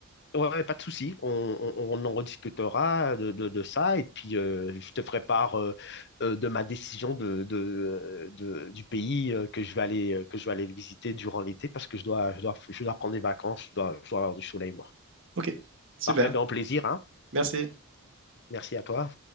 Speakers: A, on the left; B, on the right.
A: Ouais, ouais, pas de souci. On, on- on en rediscutera de, de- de ça et puis euh, je te ferai part euh, euh, de ma décision de, de- de- du pays euh, que je vais aller euh, que je vais aller visiter durant l'été parce que je dois je dois je dois prendre des vacances, je dois, je dois avoir du soleil moi.
B: Ok, super.
A: Parfait, ben au plaisir, hein.
B: Merci.
A: Merci à toi.